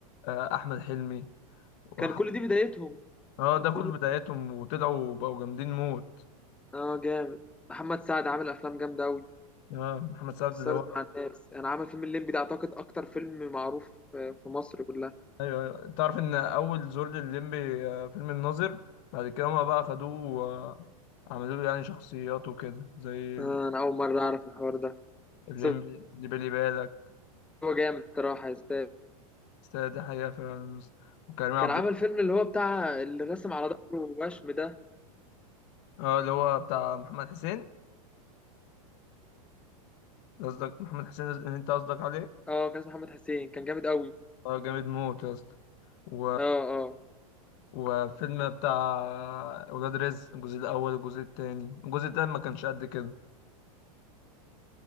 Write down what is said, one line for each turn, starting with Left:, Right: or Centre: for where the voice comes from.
Left: آه، احمد حلمي وح...
Centre: كان كل دي بدايتهم
Left: اه
Centre: كان
Left: ده
Centre: كل
Left: كل بداياتهم وطلعوا وبقوا جامدين موت
Centre: اه جامد محمد سعد عامل افلام جامده قوي
Left: اه محمد سعد
Centre: اثرت
Left: ده هو
Centre: مع الناس انا عامل فيلم الليمبي ده اعتقد اكتر فيلم معروف آه، في مصر كلها
Left: ايوه ايوه تعرف ان اول زور للمبي آه، فيلم الناظر بعد كده هما بقى خدوه آه، عملوا له يعني شخصيات وكده زي
Centre: آه،
Left: ال-
Centre: انا اول مره اعرف الحوار ده
Left: الليمبي
Centre: بس
Left: اللي بالي بالك
Centre: هو جامد الصراحه يستاهل
Left: استاذ ده حقيقة فعلا وكريم عبد
Centre: كان عامل فيلم اللي هو بتاع اللي رسم على ظهره وشم ده
Left: اه اللي هو بتاع محمد حسين قصدك محمد حسين اللي انت قصدك عليه
Centre: اه كان اسمه محمد حسين كان جامد قوي
Left: اه جامد موت يا اسطى و...
Centre: اه اه
Left: وفيلم بتاع ولاد رزق الجزء الاول والجزء التاني الجزء التاني ما كانش قد كده